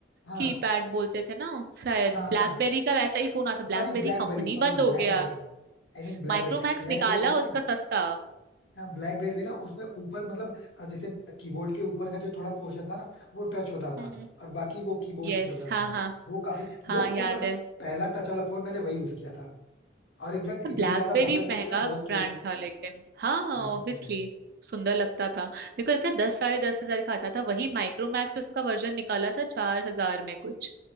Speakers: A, on the left (about 80°); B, on the right (about 55°).
A: हाँ
B: कीपैड बोलते थे ना शायद
A: हाँ हाँ
B: ब्लैकबेरी का वैसा ही फोन आता
A: Sorry
B: ब्लैकबेरी
A: BlackBerry
B: कंपनी
A: sorry
B: बंद हो
A: BlackBerry
B: गया
A: I mean BlackBerry
B: माइक्रोमैक्स
A: BlackBerry
B: निकाला
A: में ना
B: उसका सस्ता
A: हाँ ब्लैकबेरी में ना उसमें ऊपर मतलब अ, जैसे कीबोर्ड के ऊपर का जो थोड़ा पोर्शन था ना वो टच होता था
B: हम्म
A: और बाकी वो कीबोर्ड
B: यस
A: से चलता था
B: हाँ हाँ
A: वो काफी वो
B: हाँ याद
A: फोन मतलब
B: है
A: पहला टच वाला फोन मैंने वही यूज किया था और इनफैक्ट इतनी
B: ब्लैकबेरी
A: ज्यादा बटन देखे
B: महंगा
A: ना बहुत
B: ब्रांड
A: क्यूरियस
B: था लेकिन हाँ
A: हाँ
B: ऑब्वियसली
A: ये तो है
B: सुंदर लगता था मेरे को लगता है दस साढ़े दस हजार का आता था वही माइक्रोमैक्स उसका वर्जन निकाला था चार हजार में कुछ